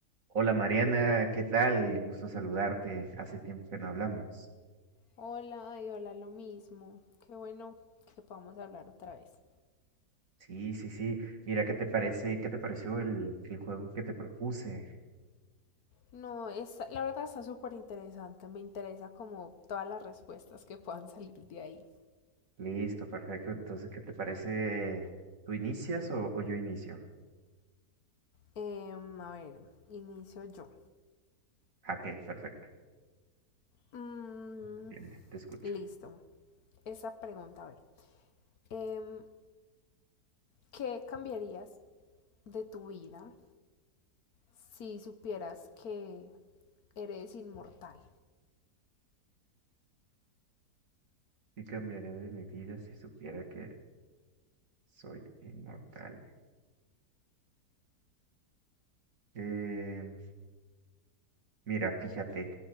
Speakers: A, on the right; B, on the left.
A: Hola Mariana, ¿qué tal? Gusto saludarte. Hace tiempo que no hablamos.
B: Hola, ay, hola, lo mismo. Qué bueno que podamos hablar otra vez.
A: Sí, sí, sí. Mira, ¿qué te parece? ¿Qué te pareció el, el juego que te propuse?
B: No, es, la verdad está súper interesante. Me interesa como todas las respuestas que puedan salir de ahí.
A: Listo, perfecto. Entonces, ¿qué te parece? ¿Tú inicias o, o yo inicio?
B: Em, a ver, inicio yo.
A: Ah, ok, perfecto.
B: Mm,
A: Bien, te escucho.
B: listo. Esa pregunta, a ver. Em, ¿qué cambiarías de tu vida si supieras que eres inmortal?
A: ¿Qué cambiaría de mi vida si supiera que soy inmortal? Eh, mira, fíjate.